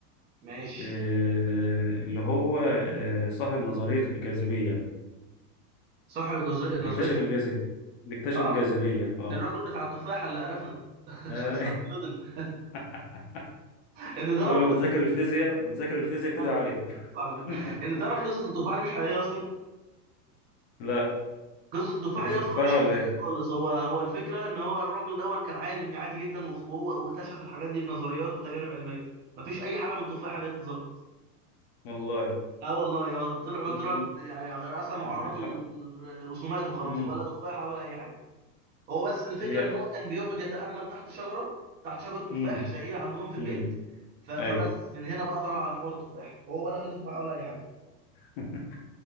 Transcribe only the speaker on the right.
ماشي
صاحب جزر-
نظرية
ال-
اه
الراجل بتاع التفاحة اللي عرفنا <laughs>
اسحاق نيوتن
ان تعرف
ان
آه،
إسحاق نيوتن.
ان تعرف قصة التفاحة دي مش حقيقية اصلا
قصة التفاح
دي
أصلا مش حقيقية
خالص هو هو الفكرة إن هو الراجل ده كان عالم عادي جدا وخ- وهو واكتشف الحاجات دي بنظريات وتجارب علمية مفيش أي حاجة من التفاحة دي اتظبطت
اه والله يا طلعوا
طلعوا يعني رسموا
على الراجل رسومات وخلاص
ولا تفاحة ولا أي حاجة هو بس الفكرة
إن هو كان بيقعد يتأمل تحت شجرة تحت شجرة تفاح
شهيرة عندهم في البيت
ف- فبس
من هنا بقى طلع على حوار التفاح هو ولا في تفاحة ولا أي حاجة